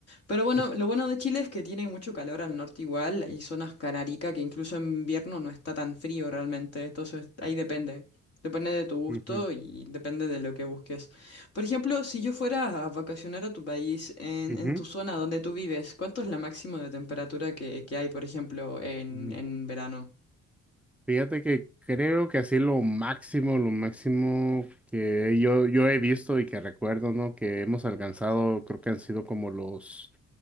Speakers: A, on the left (about 55°); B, in the centre.
A: Pero bueno,
B: <laughs>
A: lo bueno de Chile es que tiene mucho calor al norte igual, hay zonas canarica que incluso en invierno no está tan frío realmente, entonces ahí depende. Depende de tu gusto
B: ujú,
A: y depende de lo que busques. Por ejemplo, si yo fuera a vacacionar a tu país, en,
B: ujú,
A: en tu zona donde tú vives, ¿cuánto es la máxima de temperatura que, que hay, por ejemplo, en,
B: ujú.
A: en verano?
B: Fíjate que creo que así lo máximo, lo máximo que yo, yo he visto y que recuerdo, ¿no? Que hemos alcanzado, creo que han sido como los